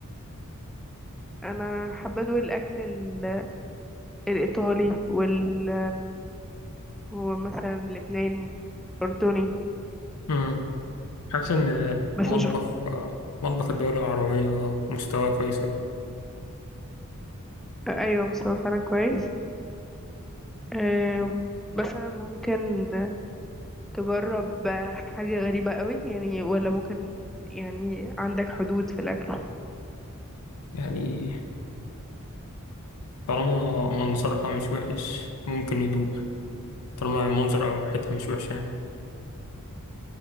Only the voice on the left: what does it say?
أمم. حاسس إن
مطبخ
مطبخ الدول العربية مستوى كويس أوي
يعني طالما منظرها مش وحش ممكن يدوق طالما المنظر أو ريحتها مش وحشة يعني